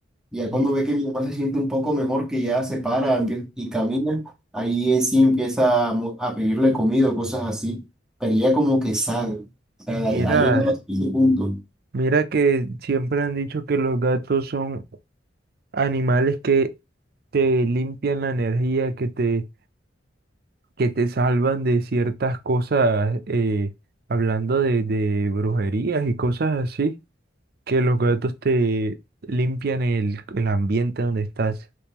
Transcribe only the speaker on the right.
Mi-
Mira,
mira que siempre han dicho que los gatos son animales que te limpian la energía, que te, que te salvan de ciertas cosas, eh, hablando de, de brujerías y cosas así, que los gatos te limpian el, el ambiente donde estás.